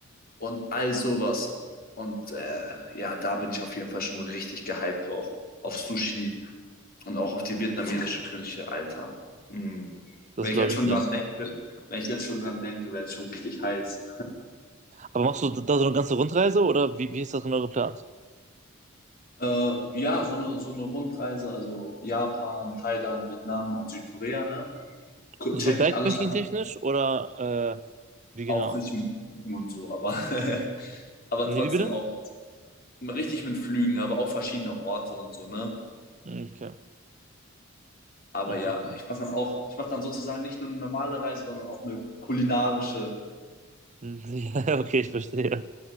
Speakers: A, on the left; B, on the right.
A: und all sowas. Und äh, ja, da bin ich auf jeden Fall schon richtig gehypt drauf. Auf Sushi und auch auf die vietnamesische Küche, Alter. Mm.
B: das
A: Wenn
B: glaube
A: ich jetzt schon
B: ich dir.
A: dran denke, wenn ich jetzt schon dran denke, werde ich schon richtig heiß.
B: Aber machst du da so eine ganze Rundreise oder wie, wie ist das genau geplant?
A: <laughs> äh, ja, so eine, so eine Rundreise, also Japan, Thailand, Vietnam und Südkorea, ne? Gu-
B: So
A: Check
B: Backpacking-technisch
A: ich alles an.
B: oder äh, wie
A: Auch
B: genau?
A: richtig mit Flügen und so, aber, <laughs> aber
B: Nee,
A: trotzdem
B: wie bitte?
A: auch richtig mit Flügen, aber auch verschiedene Orte und so, ne?
B: Okay,
A: Aber
B: okay,
A: ja,
B: cool.
A: ich mache dann auch, ich mache dann sozusagen nicht nur eine normale Reise, sondern auch eine kulinarische.
B: Hm, Ja, <laughs> okay, ich verstehe.